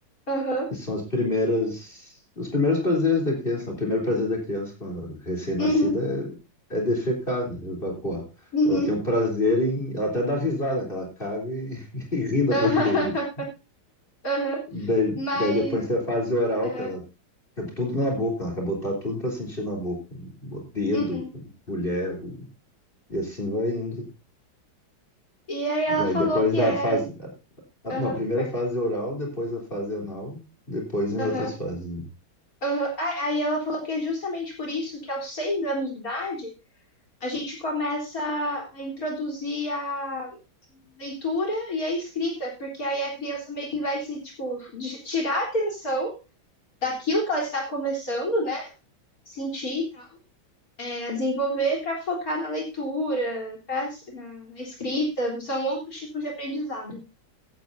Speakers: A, on the left; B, on the left.
A: Aham.
B: que são as primeiras, os primeiros prazeres da criança. O primeiro prazer da criança quando é recém-nascida
A: Uhum.
B: é, é defecar, né? Evacuar.
A: Uhum.
B: Ela tem o prazer em, ela até dá risada, que ela caga e, <laughs> e ri da,
A: Aham,
B: do, do-
A: <laughs> aham.
B: daí,
A: Mas.
B: daí depois tem a fase oral,
A: aham,
B: que ela é tudo na boca, ela quer botar tudo para sentir na boca, o dedo,
A: uhum.
B: mulher, e assim vai indo.
A: E aí ela
B: Daí
A: falou
B: depois
A: que
B: da
A: é.
B: fase, a-
A: aham,
B: não, a primeira
A: per-
B: é fase oral, depois a fase anal, depois vem
A: aham,
B: outras fases. né.
A: aham. Ah, Aí ela falou que é justamente por isso que aos seis anos de idade a gente começa a introduzir a leitura e a escrita, porque aí a criança meio que vai se, tipo, de- tirar a atenção daquilo que ela está começando, né? Sentir e tal, é, a desenvolver para focar na leitura, pra, na na escrita, são outros tipos de aprendizado.